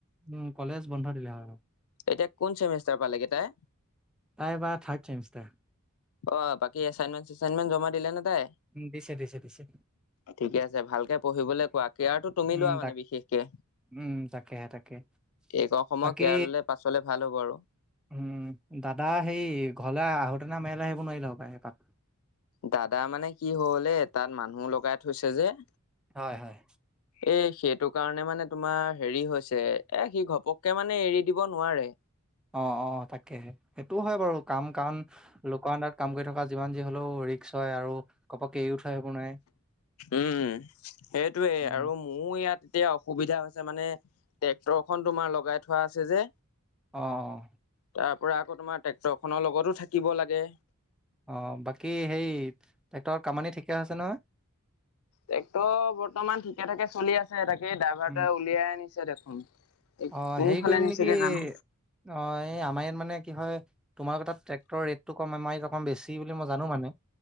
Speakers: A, in the centre; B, on the left.
A: উম', কলেজ বন্ধ দিলে। উম,
B: এতিয়া কোন চেমিষ্টাৰ পালেগে তাই?
A: তাই এবা থাৰ্ড চেমিষ্টাৰ।
B: অ', বাকী এচাইনমেণ্ট চেচাইনমেটণ্ট জমা দিলে নে তাই?
A: উ', দিছে। দিছে। দিছে।
B: ঠিকে আছে ভালকে পঢ়িবলে কোৱা, কেয়াৰটো তুমি
A: উম,
B: লোৱা মানে
A: তাক
B: বিশেষকে।
A: উম, তাকেহে তাকে
B: এই কন সময়ত
A: বাকী
B: কেয়াৰ ললে পাছলে ভাল হ'ব আৰু।
A: উম' দাদা হেয়ি ঘলে আহোঁতেনা আম এয়ালে আহিব নোৱাৰিলে হপায় এপাক।
B: দাদা মানে কি হ'ল- এ তাত মানুহ লগাই থৈছে যে-
A: হয় হয়।
B: এ সেইটো কাৰণে মানে তোমাৰ হেৰি হৈছে, এ সি ঘপককে মানে এৰি দিব নোৱাৰে।
A: অঁ অঁ তাকেহে, সেইটোও হয় বাৰু কাম-কান লোকৰ আণ্ডাৰত কাম কৰি থকা যিমান যি হ'লেও ৰিক্স হয় আৰু ঘপককে এৰিও থই আহিব নোৱায়ে।
B: উম সেইটোয়ে
A: উম
B: আৰু মোৰ ইয়াত এতিয়া অসুবিধা হৈছে মানে- ট্ৰেক্টৰ খন তোমাৰ লগাই থোৱা আছে যে
A: অঁ অঁ।
B: তাৰ পৰা আকৌ তোমাৰ ট্ৰেক্টৰ খনৰ লগতো থাকিব লাগে।
A: অ, বাকী হেই ট্ৰেক্টৰৰ কামানি ঠিকে আছে নহয়?
B: ট্ৰেক্টৰ বৰ্তমান ঠিকে-ঠাকে চলি আছে তাকেই ড্ৰাইভাৰটোয়ে
A: উম,
B: উলিয়াই আনিছে দেখোন। এই
A: অ
B: কোনফালে
A: হেৰি কৰিম
B: নিছেগে
A: নেকি- অ'
B: জানো
A: এই আমাৰ ইয়াত মানে কি হয় তোমাৰ আকু তাত ট্ৰেক্টৰ ৰেটটো কম আমা অকণ বেছি বুলি মই জানো মানে।